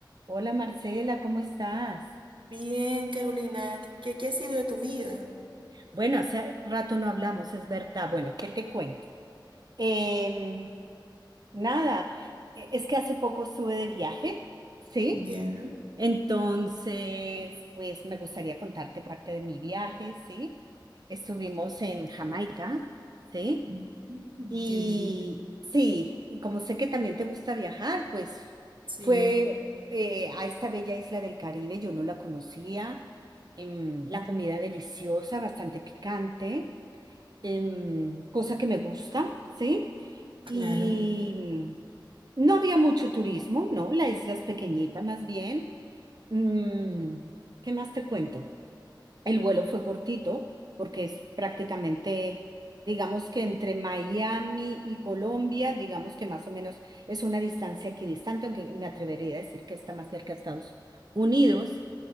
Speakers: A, on the right (about 55°); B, on the right (about 85°).
A: Hola Marcela, ¿cómo estás?
B: Bien, Carolina, ¿qué, qué qué ha sido de tu vida?
A: Bueno, hace rato no hablamos, es verdad. Bueno, ¿qué te cuento? Em, nada, e- es que hace poco estuve de viaje, ¿sí?
B: Ya,
A: Entonces, pues me gustaría contarte parte de mi viaje, ¿sí? Estuvimos en Jamaica, ¿sí?
B: Mm,
A: Y
B: qué bien.
A: sí, y como sé que también te gusta viajar, pues
B: Sí,
A: fue eh, a esta bella isla del Caribe, yo no la conocía, em, la comida deliciosa, bastante picante, em, cosa que me gusta, ¿sí?
B: claro.
A: Y mm, no había mucho turismo, ¿no? La isla es pequeñita más bien. Mm, ¿qué más te cuento? El vuelo fue cortito porque es prácticamente, digamos que entre Miami y Colombia, digamos que más o menos es una distancia equidistante, aunque me atrevería a decir que está más cerca a Estados Unidos.